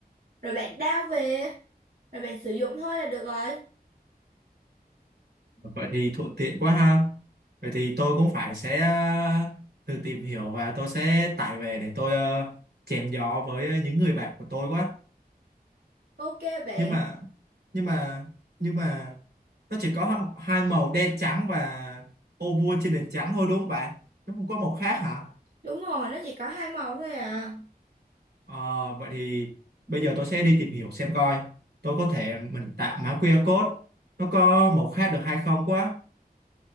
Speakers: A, on the right; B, on the right.
A: rồi bạn download về rồi bạn sử dụng thôi là được rồi
B: vậy thì thuận tiện quá ha. Vậy thì tôi cũng phải sẽ ờ, thử tìm hiểu và tôi sẽ tải về để tôi ờ, chém gió với những người bạn của tôi quá.
A: ok bạn
B: Nhưng mà nhưng mà nhưng mà nó chỉ có hăm- hai màu đen trắng và ô vuông trên nền trắng thôi đúng không bạn? Nó không có màu khác hả?
A: đúng rồi nó chỉ có hai màu thôi à
B: Ờ, vậy thì bây giờ tôi sẽ đi tìm hiểu xem coi. Tôi có thể mình tạo mã QR code nó có màu khác được hay không quá.